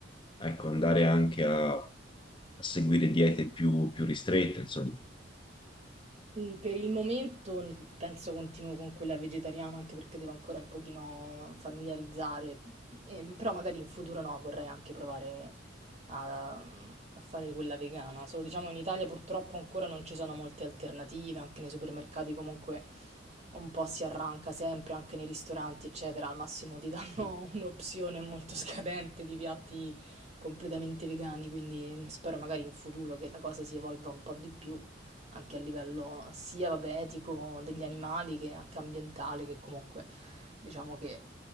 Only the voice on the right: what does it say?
Mm, Per il momento n- penso continuo con quella vegetariana anche perché devo ancora un pochino familiarizzare, Ehm, però magari in futuro no, vorrei anche provare a, a fare quella vegana. Solo diciamo in Italia purtroppo ancora non ci sono molte alternative, anche nei supermercati comunque un po' si arranca sempre, anche nei ristoranti eccetera, al massimo ti danno <laughs> un'opzione molto scadente di piatti completamente vegani, quindi mm, spero magari in futuro che la cosa si evolva un po' di più. Anche a livello sia, vabbè, etico degli animali che anche ambientale, che comunque diciamo che